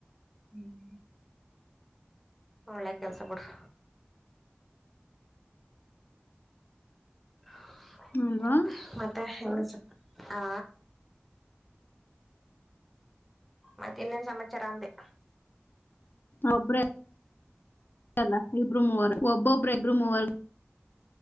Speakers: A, in the centre; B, on the left.
A: ಹ್ಮ ಒಳ್ಳೆ ಕೆಲ್ಸ ಬಿಡ್ಸ ಹ
B: ಅಲ್ವಾ
A: ಮತ್ತೆ ಹೆ ಹಾ ಮತ್ತೆ ಇನ್ನೇನ್ ಸಮಾಚಾರ ಅಂದೆ
B: ಒಬ್ರ ಇಲ್ಲ ಇಬ್ರು ಮೂವರು ಒಬ್ಬೊಬ್ರು ಇಬ್ಬರು ಮೂವರ್